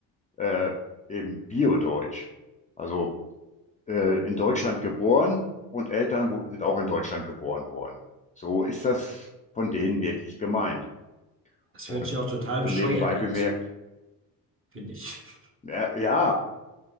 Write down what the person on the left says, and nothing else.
Äh, eben Bio-Deutsch. Also äh, in Deutschland geboren und Eltern wo, sind auch in Deutschland geboren worden. So ist das von denen wirklich gemeint.
Und
so nebenbei
bemerkt,
ja, ja,